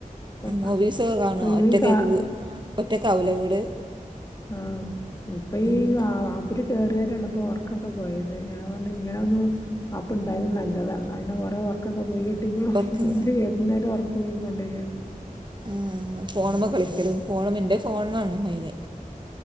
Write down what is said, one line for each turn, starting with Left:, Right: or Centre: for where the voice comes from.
Left: ഇപ്പ
Right: മൂവീസൊക്കെ കാണേ
Left: ഈ
Right: ഒറ്റക്ക
Left: കാ
Right: ഒറ്റക്കാവു ലെ വീട്
Left: ആ ഇപ്പ ഈആഹ്
Right: ഉം
Left: ഇതില് കോറ്യോരാണ് പ്പം വർക്കെക്കെ പോയത് ഞാൻ പറഞ്ഞ് ഇങ്ങനെ ഒന്നും അപ്പ് ഇണ്ടായത് നല്ലതാണ് അയ്ന് ഓരോ ഉർക്ക് ഒർക്കെക്കെ പോയി കിട്ടിക്കൂണു
Right: പൊറക്ക
Left: ഇത് ഏത് നോരം ഒർക്കൂങ്ങി കൊണ്ടേക്കാരം
Right: ആഹ് ഫോണ് മല് കളിക്കലും ഫോണ് എൻ്റെ ഫോണാണ് മൈന്